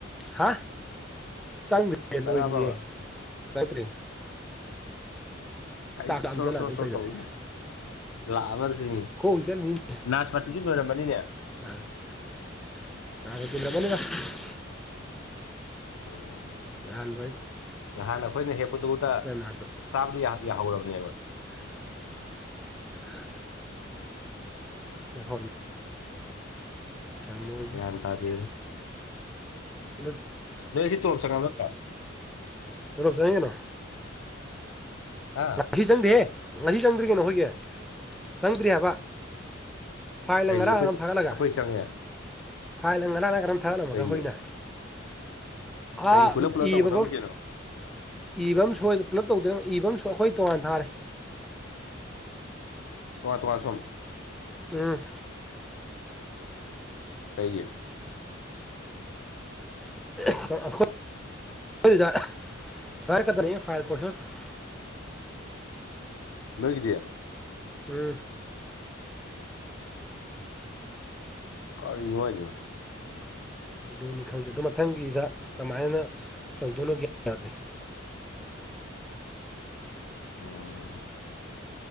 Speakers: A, in the centre; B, on the left (about 80°).
A: ꯍꯥ ꯆꯪꯗꯦ꯫ ꯍ
B: ꯆꯪꯉꯛꯑꯕꯕ
A: ꯂꯣꯏꯗ꯭ꯔꯤꯌꯦ ꯆꯪꯗ꯭ꯔꯤ꯫
B: ꯑꯩ
A: ꯆꯥꯛ ꯆꯥꯝꯖꯜꯂꯛꯑꯕꯅꯤ
B: ꯁꯣ ꯁꯣ ꯁꯣ
A: ꯇꯧꯔꯤꯁꯦ
B: ꯇꯧꯕꯗꯨꯗ ꯂꯥꯛꯑꯕꯁꯤꯅꯤ꯫
A: ꯈꯣꯡ ꯆꯠꯂꯤꯅꯤ
B: ꯅꯥꯖ ꯄꯥꯇꯤꯗꯤ ꯂꯣꯏꯔꯝꯃꯅꯤꯅꯦ꯫
A: <unintelligible>
B: ꯎꯝ
A: <unintelligible>
B: ꯅꯍꯥꯟ ꯑꯩꯈꯣꯏꯅ ꯍꯦꯛꯄꯗꯨꯗ
A: ꯑꯩ ꯅꯥꯁꯄꯇꯤ
B: ꯆꯥꯕꯗꯤ ꯌꯥꯗꯤ ꯌꯥꯍꯧꯔꯕꯅꯦꯕ꯫
A: <inaudible> <inaudible> ꯌꯥꯍꯜ ꯊꯥꯃꯣꯢ
B: ꯒ꯭ꯌꯥꯟ
A: ꯃꯈꯣꯟꯗ
B: ꯇꯥꯗꯦ ꯑꯗꯣ
A: <inaudible>
B: ꯅꯣꯏꯁꯤ ꯇꯣꯂꯣꯞ ꯆꯪꯉꯛꯑꯕ ꯅꯠꯇ꯭ꯔꯣ
A: ꯇꯣꯂꯣꯞ ꯆꯪꯉꯛꯑꯦ ꯀꯩꯅꯣ
B: ꯑ
A: ꯉꯁꯤ ꯆꯪꯗꯦꯍꯦ ꯉꯁꯤ ꯆꯪꯗ꯭ꯔꯤ ꯀꯩꯅꯣ ꯑꯩꯈꯣꯏꯒꯤ ꯆꯪꯗ꯭ꯔꯤ ꯍꯥꯏꯕ ꯐꯥꯏꯜꯅ
B: ꯀꯩꯒꯤ
A: ꯉꯔꯥꯡꯅ
B: ꯑꯩꯈꯣꯏ ꯆ-
A: ꯊꯥꯒꯠꯂꯒ
B: ꯑꯩꯈꯣꯏ ꯆꯪꯉꯦ
A: ꯐꯥꯏꯜꯅ ꯉꯔꯥꯡꯂ ꯀꯩꯅꯣꯝ ꯊꯥꯒꯠꯂꯝꯃꯒ
B: ꯀꯩꯒꯤ
A: ꯑꯩꯈꯣꯏꯒꯤꯅ
B: ꯀꯩ
A: ꯑ
B: ꯄꯨꯂꯞ ꯄꯨꯂꯞ
A: ꯏꯕꯕꯝ
B: ꯇꯧꯒꯗꯕꯅꯤ ꯀꯩꯅꯣ
A: ꯏꯕ ꯑꯃ ꯁꯣꯏ ꯄꯨꯂꯞ ꯇꯧꯗꯅ ꯏꯕ ꯑꯃ ꯑꯩꯈꯣꯏ ꯇꯣꯉꯥꯟ ꯊꯥꯔꯦ꯫
B: ꯇꯣꯉꯥꯟ ꯇꯣꯉꯥꯟ ꯁꯨꯝ
A: ꯎꯝ
B: ꯀꯩꯒꯤ꯫
A: <unintelligible>
B: ꯅꯣꯏꯒꯤꯗꯤ
A: ꯎꯝ
B: ꯀꯔꯤꯅꯣ ꯍꯥꯏꯁꯤꯕꯣ
A: ꯑꯗꯨꯅꯤ ꯈꯪꯗꯦ ꯑꯗꯨꯣ ꯃꯊꯪꯒꯤꯗ ꯀꯃꯥꯏꯅ ꯇꯧꯗꯣꯏꯅꯣꯒ꯭ꯌꯥ ꯇꯥꯗꯦ꯫
B: ꯎꯝ